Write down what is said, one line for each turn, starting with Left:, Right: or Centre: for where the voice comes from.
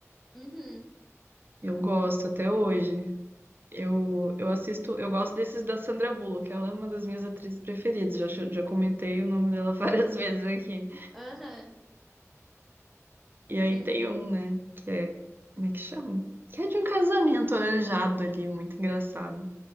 Centre: Uhum,
Right: Eu gosto até hoje. Eu, eu assisto, eu gosto desses da Sandra Bullock, ela é uma das minhas atrizes preferidas. Já, já comentei o nome dela <laughs> várias vezes aqui.
Centre: aham.
Right: E aí
Centre: Tem
Right: tem um, né? Que é. Como é que chama? Que é de um casamento arranjado ali, muito engraçado.